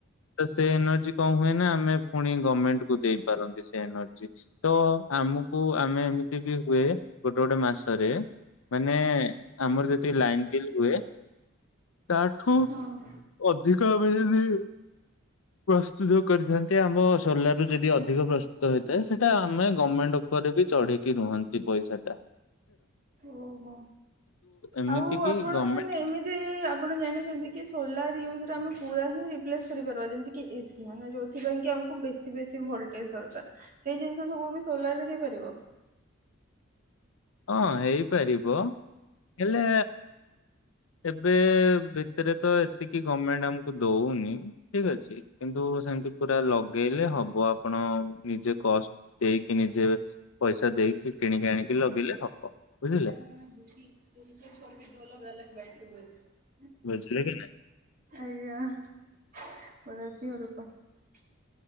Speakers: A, on the left; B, on the right.
A: ତ ସେ ଏନର୍ଜି କଣ ହୁଏ ନା, ଆମେ ପୁଣି ଗର୍ମେଣ୍ଟକୁ ଦେଇପାରନ୍ତି ସେ ଏନର୍ଜି। ତ ଆମୁକୁ ଆମେ ଏମିତି ବି ହୁଏ ଗୋଟେ ଗୋଟେ ମାସରେ ମାନେ ଆମର ଯେତିକି ଲାଇନ୍ ବିଲ୍ ହୁଏ ତାଠୁ
B: ହଁ
A: ଅଧିକ ଆମେ ଯଦି ପ୍ରସ୍ତୁତ କରିଥାନ୍ତି ଆମ ସୋଲାର ରୁ ଯଦି ଅଧିକ ପ୍ରସ୍ତୁତ ହେଇଥାଏ ସେଇଟା ଆମେ ଗର୍ମେଣ୍ଟ କୁ ଉପରେ ବି ଚଢିକି ରୁହନ୍ତି ପଇସାଟା।
B: ଓହୋ,
A: ଏମିତି
B: ଆଉ
A: କି
B: ଆପଣ
A: ଗଭର୍ଣମେଣ୍ଟ
B: ମାନେ ଏମିତି ଚି ଆପଣ ଜାଣିଚନ୍ତି କି ସୋଲାର ୟୁଜରେ ଆମେ ପୁରା ହିଁ ରିପ୍ଲେସ୍ କରିପାରିବା ଯେମିତିକି ଏସି ମାନେ ଯୋଉ ସେଥିପାଇଁ କି ଆମକୁ ବେଶୀ ବେଶୀ ଭୋଲଟେଜ ଦରକାର ସେଇ ଜିନିଷ ସବୁ ବି ସୋଲାର ରେ ହେଇପାରିବ?
A: ହଁ ହେଇପାରିବ ହେଲେ ଏବେ ଭିତେରେ ତ ଏତିକି ଗର୍ମେଣ୍ଟ ଆମୁକୁ ଦଉନି ଠିକ ଅଛି। କିନ୍ତୁ ସେମିତି ପୁରା ଲଗେଇଲେ ହବ ଆପଣ ନିଜେ କଷ୍ଟ ଦେଇକି ନିଜେ ପଇସା ଦେଇକି କିଣିକି ଆଣିକି ଲଗେଇଲେ ହବ ବୁଝିଲେ।
B: <unintelligible>
A: ବୁଝିଲେ କି ନାଇଁ?
B: <unintelligible>